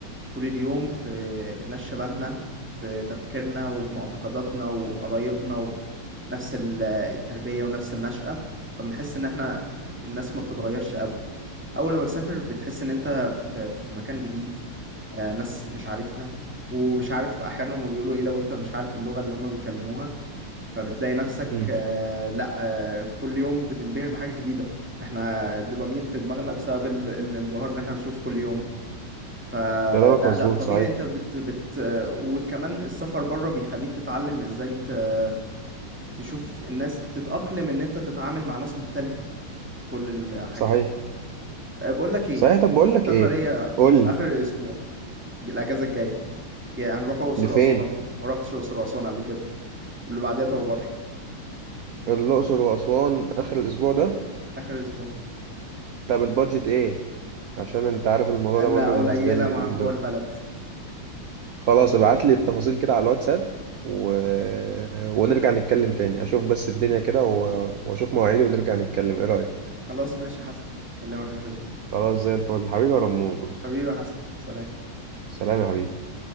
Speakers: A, in the centre; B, on the right.
A: طول اليوم في ناس شبهنا في تفكيرنا وفي معتقداتنا وقرايبنا ونفس ال- التربية ونفس النشأة فبنحس ان احنا الناس ما بتتغيرش قوي اول لما تسافر بتحس ان انت في في مكان جديد آه، ناس مش عارفها ومش عارف احيانا هما بيقولوا ايه لو انت مش عارف اللغة اللي هما بيتكلموها فبتلاقي نفسك
B: امم
A: آه، لا آه، كل يوم بتنبهر بحاجة جديدة احنا الدوبامين في دماغنا بسبب ال- الانبهار اللي احنا بنشوفه كل يوم فلا
B: كلامك مظبوط
A: لا وطبيعي
B: صحيح
A: انت بت بت آه، وكمان السفر بره بيخليك تتعلم ازاي ت- تشوف الناس تتأقلم ان انت تتعامل مع ناس مختلفة في كل الحاجات
B: صحيح
A: أه، بقول لك ايه
B: صحيح طب بقول
A: في
B: لك
A: سفرية
B: ايه قول لي
A: في اخر الاسبوع الاجازة الجاية جاي هنروح اقصر
B: لفين
A: واسوان ما رحتش اقصر واسوان قبل كده واللي بعديها تبقى بره
B: الأقصر وأسوان آخر الأسبوع ده
A: اخر الاسبوع
B: طب البادجت إيه؟ عشان أنت عارف الموضوع
A: أه،
B: ده
A: لا
B: مهم بالنسبة
A: قليلة
B: لي اليومين
A: ما هو جوه
B: دول
A: البلد
B: خلاص
A: ما ت-
B: ابعت
A: ما تشغلش
B: لي التفاصيل
A: هم.
B: كده على الواتساب و... <laughs> ونرجع نتكلم تاني أشوف بس الدنيا كده و... وأشوف مواعيدي ونرجع نتكلم إيه رأيك؟
A: خلاص ماشي يا حسن اكلمك اخر الاسبوع
B: خلاص زي الفل حبيبي يا رموز
A: حبيبي يا حسن سلام
B: سلام يا حبيبي